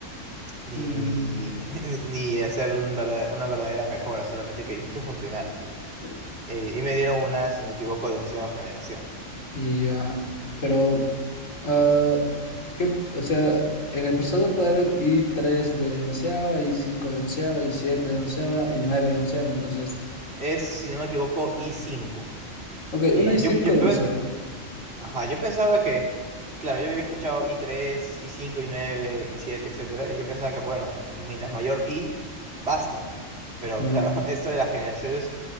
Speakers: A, on the right; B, on the left.
A: ni,
B: Mm,
A: <laughs> ni hacer un verda- una verdadera mejora, solamente quería que funcionara.
B: eh,
A: Eh, y me dieron una, si no me equivoco, de onceava generación.
B: y, ah, pero, ah, ¿qué- o sea, en el procesador puede haber i tres de onceava, i cinco de onceava, i siete de onceava y 9 de onceava, entonces...
A: es, si no me equivoco, i cinco
B: Ok,
A: Eh,
B: una y cinco
A: yo, yo,
B: de
A: yo-
B: onceavo.
A: ajá, yo pensaba que, claro, yo había escuchado i tres i cinco i nueve i siete etcétera, y yo pensaba que, bueno, mientras mayor I, basta. Pero
B: Mm,
A: claro, <laughs> esto de las generaciones